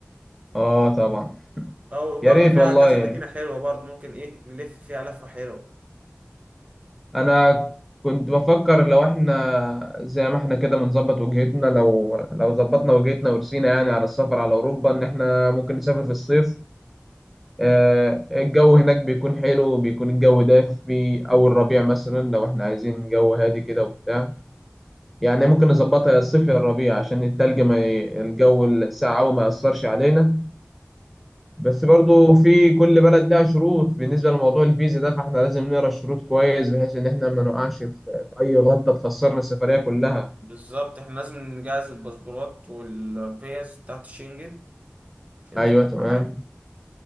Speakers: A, in the centre; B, on the right (about 30°).
A: آه طبعا
B: أو
A: يا
B: برضو
A: ريت
B: فيها
A: والله
B: كذا مدينة حلوة برضو ممكن إيه نلف فيها لفة حلوة
A: أنا كنت بفكر لو إحنا زي ما إحنا كده بنظبط وجهتنا لو لو ظبطنا وجهتنا ورسينا يعني على السفر على أوروبا إن إحنا ممكن نسافر في الصيف آه، الجو هناك بيكون حلو بيكون الجو دافي أول ربيع مثلا لو إحنا عايزين جو هادي كده وبتاع يعني ممكن نظبطها يا الصيف يا الربيع عشان التلج ما ي... الجو الساقع أوي ما يأثرش علينا بس برضو في كل بلد لها شروط بالنسبة لموضوع الفيزا ده فإحنا لازم نقرا الشروط كويس بحيث إن إحنا ما نقعش في في أي غلطة تخسرنا السفرية كلها
B: بالظبط احنا لازم نجهز الباسبورات والفيز بتاعت الشنجن عشان
A: أيوه
B: دي أهم
A: تمام
B: حاجة